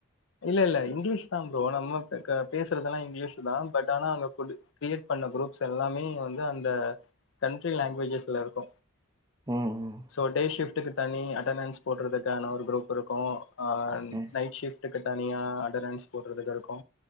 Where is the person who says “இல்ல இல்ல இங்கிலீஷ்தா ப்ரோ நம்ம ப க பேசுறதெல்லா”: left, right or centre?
Left